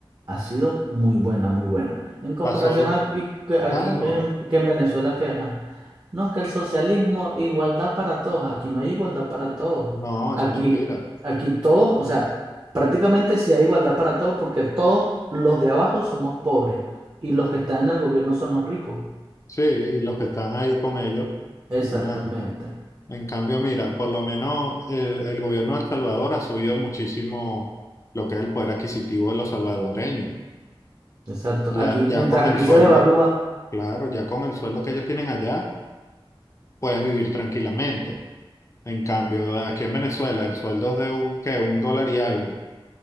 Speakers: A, on the right (about 40°); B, on the left (about 30°).
A: ha sido muy buena, muy buena. En comparación
B: Pasó,
A: aquí, que- aquí
B: claro,
A: que en, que en Venezuela, que ajá, no, que el socialismo, igualdad para todos. Aquí no hay igualdad para todos.
B: no,
A: Aquí,
B: eso es mentira.
A: aquí todos, o sea, prácticamente sí hay igualdad para todos porque todos los de abajo somos pobres y los que están en el gobierno son los ricos.
B: Sí, los que están ahí con ellos,
A: Exactamente,
B: como una... En cambio, mira, por lo menos el, el gobierno de El Salvador ha subido muchísimo lo que es el poder adquisitivo de los salvadoreños.
A: exacto.
B: Ya,
A: Aquí, mientras
B: ya con
A: aquí
B: el sueldo,
A: se devalúa,
B: claro, ya con el sueldo que ellos tienen allá. puedes vivir tranquilamente. En cambio, aquí en Venezuela el sueldo es de un, ¿qué? un dólar y algo.